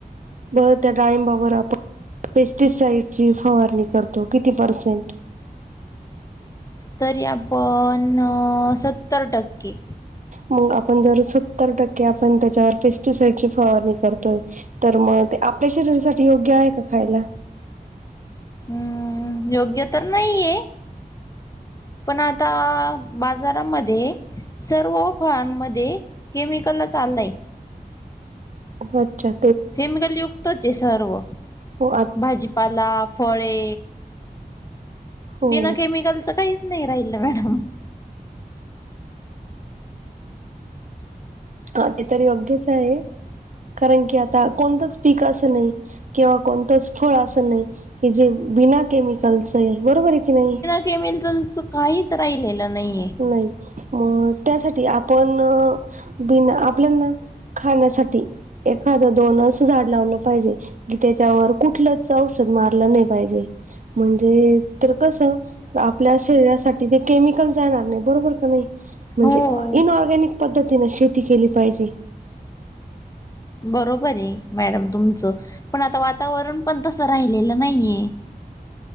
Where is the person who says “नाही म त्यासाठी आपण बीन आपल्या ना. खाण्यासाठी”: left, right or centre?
Right